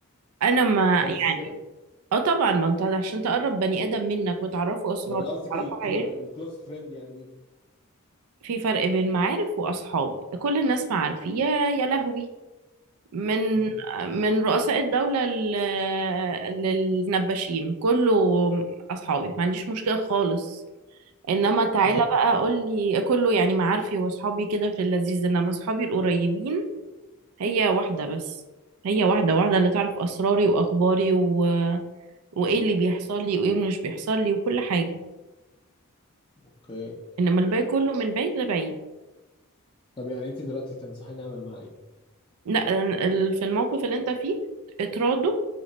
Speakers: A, on the right (about 80°); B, on the left (about 20°).
A: انا ما
B: بس
A: يعني
B: كده
A: اه طبعا ما انت عشان تقرب بني ادم منك وتعرفه اسرارك
B: ولا قصدك
A: وتعرفه
B: الكلو...
A: حياتك
B: الكلوز فريند يعني ليك
A: في فرق بين معارف واصحاب كل الناس معارف يا يا لهوي من
B: اه
A: من رؤساء الدولة لل- للنباشين كله اصحابي ما عنديش مشكلة خالص انما تعالى
B: مم.
A: بقى قول لي كله يعني معارفي واصحابي كده في اللذيذ انما اصحابي القريبين هي واحدة بس هي واحدة واحدة اللي تعرف اسراري واخباري و... وايه اللي بيحصل لي وايه مش بيحصل لي وكل حاجة
B: اوكي
A: انما الباقي كله من بعيد لبعيد
B: طب يعني انت دلوقتي تنصحيني اعمل معاه ايه
A: لا يعني ال- في الموقف اللي انت فيه اتراضوا